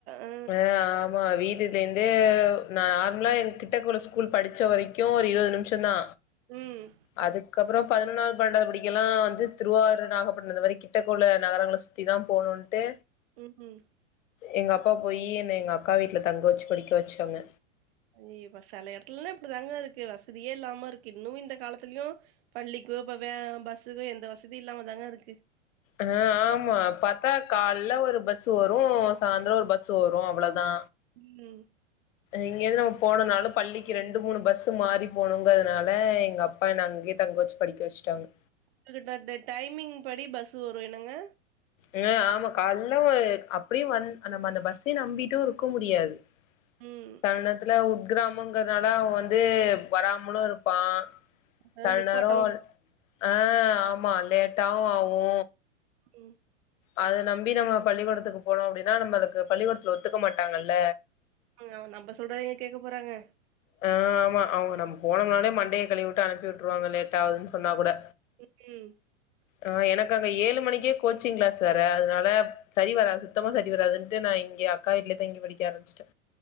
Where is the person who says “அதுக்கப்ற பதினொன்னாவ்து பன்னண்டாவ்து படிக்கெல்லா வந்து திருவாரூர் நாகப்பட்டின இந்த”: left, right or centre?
Left